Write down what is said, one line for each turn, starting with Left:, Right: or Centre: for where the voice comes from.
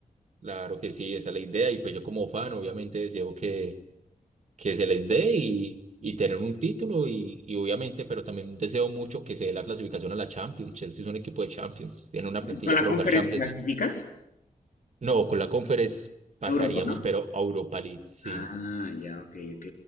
Right: claro que sí, esa es la idea y pues yo como fan obviamente deseo que, que se les dé y, y tener un título y, y obviamente, pero también deseo mucho que se dé la clasificación a la Champions, Chelsea es un equipo de Champions, tiene una plantilla
Left: ¿Con la
Right: para
Left: conferencia
Right: jugar Champions,
Left: clasificas?
Right: no, con la Conference pasaríamos,
Left: Europa, ¿no?
Right: pero a Europa League, sí,
Left: Ah, ya, ok, ok.